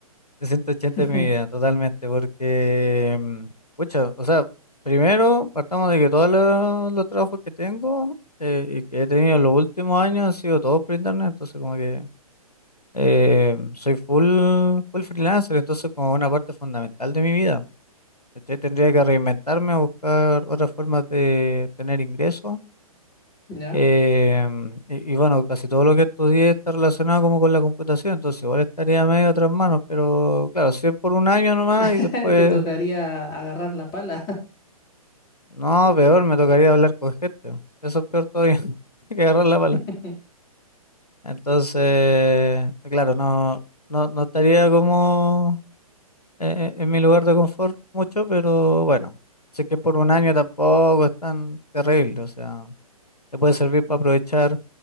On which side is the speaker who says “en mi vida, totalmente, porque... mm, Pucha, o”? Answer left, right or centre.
Left